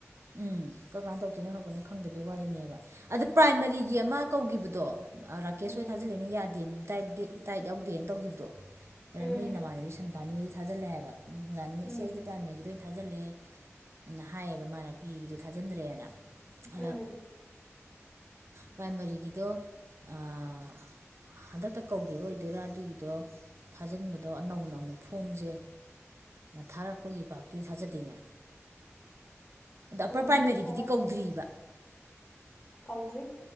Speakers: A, on the right; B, on the left.
A: ꯎꯝ ꯀꯝ ꯀꯥꯟꯗ ꯇꯧꯗꯨꯏꯅꯣ ꯈꯪꯗꯕꯒꯤ ꯋꯥꯔꯤꯅꯦꯕ ꯑꯗ ꯄ꯭ꯔꯥꯏꯃꯔꯤꯒꯤ ꯑꯃ ꯀꯧꯒꯤꯕꯗꯣ ꯔꯥꯀꯦꯁ
B: ꯎꯝ
A: ꯍꯣꯏ ꯊꯥꯖꯤꯜꯂꯦꯅ ꯌꯥꯗꯦ ꯗꯥꯏꯠ ꯚꯦꯠ ꯗꯥꯏꯠ ꯌꯥꯎꯗꯦꯅ ꯇꯧꯒꯤꯕꯗꯣ
B: ꯎꯝ
A: ꯅꯣꯏ ꯅꯃꯥꯟꯅꯕꯤ ꯁꯟꯗꯥꯅꯤ ꯍꯣꯏꯗꯤ ꯊꯥꯖꯜꯂꯦ ꯍꯥꯏꯕ ꯁꯟꯗꯥꯅꯤꯅ
B: ꯎꯝ
A: ꯏꯆꯦ ꯑꯩꯗꯤ ꯄ꯭ꯔꯥꯏꯃꯥꯔꯤꯒꯤꯗ ꯑꯣꯏꯅ ꯊꯥꯖꯜꯂꯦꯅ ꯍꯥꯏꯌꯦꯕ ꯃꯥꯅ ꯄꯤꯒꯤꯗꯣ ꯊꯥꯖꯤꯟꯗ꯭ꯔꯦꯅ ꯑꯗ
B: ꯎꯝ
A: ꯄ꯭ꯔꯥꯏꯃꯥꯔꯤꯒꯤꯗꯣ ꯑꯥ ꯍꯟꯗꯛꯇ ꯀꯧꯒꯤꯕ ꯑꯣꯏꯗꯣꯏꯔꯥ ꯑꯗꯨꯒꯤꯗꯣ ꯊꯥꯖꯤꯟꯕꯗꯣ ꯅꯧꯅ ꯑꯃꯨꯛ ꯐꯣꯝꯖꯦ ꯊꯥꯔꯛꯄꯒꯤ ꯄꯥꯥꯛꯇꯤ ꯊꯥꯖꯗꯦꯅꯦ ꯑꯗ ꯑꯞꯄꯔ
B: ꯎꯝ
A: ꯄ꯭ꯔꯥꯏꯃꯔꯤꯒꯤꯗꯤ
B: ꯊꯕꯛꯁꯦ
A: ꯀꯧꯗ꯭ꯔꯤꯕ
B: ꯀꯧꯗ꯭ꯔꯤ